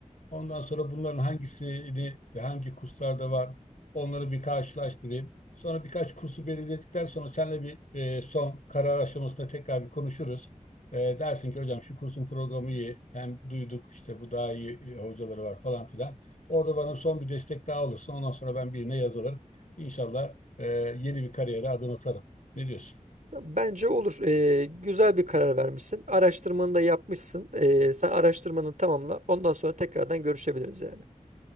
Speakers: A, on the left; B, on the right.
A: Ondan sonra bunların hangisini, hangi kurslarda var, onları bir karşılaştırayım. Sonra birkaç kursu belirledikten sonra seninle bir e, son karar aşamasında tekrar bir konuşuruz. E, dersin ki hocam şu kursun programı iyi, hem duyduk işte bu daha iyi e, hocaları var falan filan. Orada bana son bir destek daha olursun. Ondan sonra ben birine yazılır. İnşallah e, yeni bir kariyere adım atarım. Ne diyorsun?
B: Bence olur. Ee, güzel bir karar vermişsin. Araştırmanı da yapmışsın. Ee, sen araştırmanı tamamla. Ondan sonra tekrardan görüşebiliriz yani.